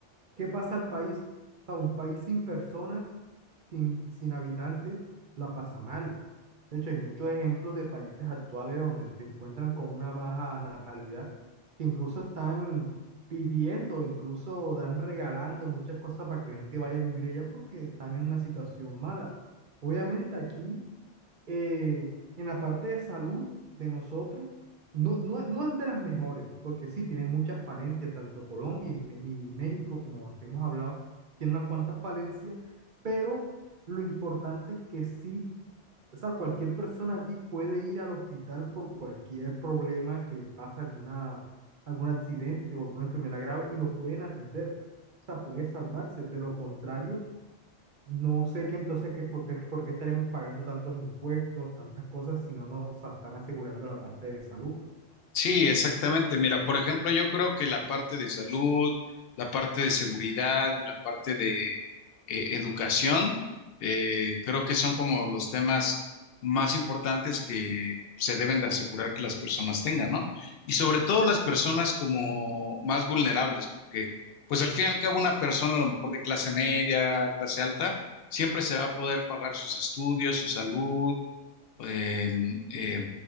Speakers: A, on the right; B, on the left.
A: ¿Qué pasa al país? O sea, un país sin personas, sin, sin habitantes, la pasa mal. De hecho, hay muchos ejemplos de países actuales donde se encuentran con una baja natalidad, que incluso están pidiendo, incluso dan regalando muchas cosas para que la gente vaya a vivir allá porque están en una situación mala. Obviamente aquí eh, en la parte de salud de nosotros, no, no, no es de las mejores, porque sí, tiene muchas falencias, tanto Colombia y, Me- y México, como te hemos hablado, tiene unas cuantas falencias, pero lo importante es que sí, o sea, cualquier persona aquí puede ir al hospital por cualquier problema que le pase alguna, algún accidente o alguna enfermedad grave y lo pueden atender. O sea, puede salvarse. De lo contrario, no sé que entonces que por, qué por qué estaremos pagando tantos impuestos, tantas cosas, si no nos están asegurando la parte de salud.
B: Sí, exactamente. Mira, por ejemplo, yo creo que la parte de salud, la parte de seguridad y la parte de eh, educación, eh, creo que son como los temas más importantes que se deben de asegurar que las personas tengan, ¿no? Y sobre todo las personas como más vulnerables, porque pues al fin y al cabo una persona a lo mejor de clase media, clase alta, siempre se va a poder pagar sus estudios, su salud eh, eh,